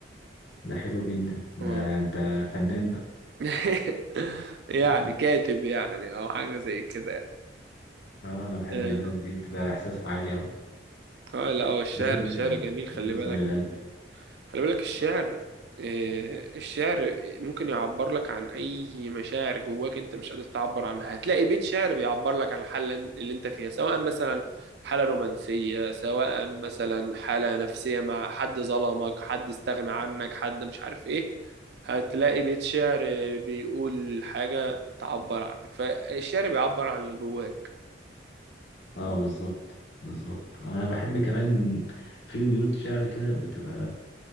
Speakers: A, on the left (about 70°); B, on the right (about 60°).
A: ده حلو جدا ده
B: آه
A: انت فنان بقى
B: <laughs> يعني
A: <laughs>
B: كاتب يعني أو حاجة زي كده يعني
A: اه انا بحب
B: آه
A: الناس دي بتبقى احساسها عالي اوي
B: آه، لا هو الشعر
A: تحس ان
B: الشعر
A: هي
B: جميل خلي
A: بتوصل
B: بالك
A: للقلب
B: خلي بالك الشعر آه، الشعر ممكن يعبر لك عن أي مشاعر جواك أنت مش قادر تعبر عنها هتلاقي بيت شعر بيعبر لك عن الحالة اللي أنت فيها سواء مثلا حالة رومانسية سواء مثلا حالة نفسية مع حد ظلمك حد استغنى عنك حد مش عارف إيه هتلاقي بيت شعر بيقول حاجة تعبر عنك فالشعر بيعبر عن اللي جواك
A: اه بالظبط بالظبط انا بحب كمان في بيوت شعر كده بتبقى